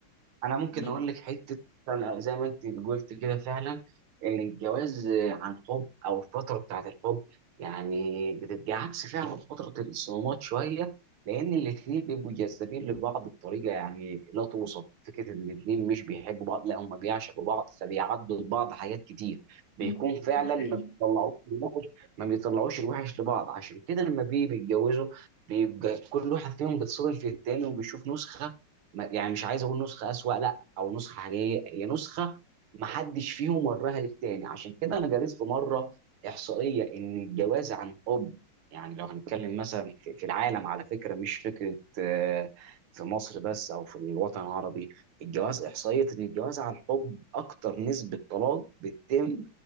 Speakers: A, on the right (about 75°); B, on the left (about 85°).
A: انا ممكن
B: دي-
A: اقول لك حته أنا زي ما انت قلت كده فعلا ان الجواز عن حب او الفتره بتاعه الحب يعني بتبقى عكس فعلا فتره الصدمات شويه لان الاثنين بيبقوا جذابين لبعض بطريقه يعني لا توصف فكره ان الاثنين مش بيحبوا بعض لا هم بيعشقوا بعض فبيعدوا لبعض حاجات كتير بيكون
B: مم.
A: فعلا
B: ده حقيقي
A: ما بيطلعوش الوحش ما بيطلعوش الوحش لبعض عشان كده لما بيجي بيتجوزوا بيبقى كل واحد فيهم بيتصادم في التاني وبيشوف نسخه ما- يعني مش عايز اقول نسخه اسوأ لا او نسخه حقيقيه هي نسخه ما حدش فيهم وراها للتاني عشان كده انا قريت في مره احصائيه ان الجواز عن حب يعني لو هنتكلم مثلا في في العالم على فكره مش فكره آه، في مصر بس او في الوطن العربي الجواز احصائيه ان الجواز عن حب اكتر نسبه طلاق بتتم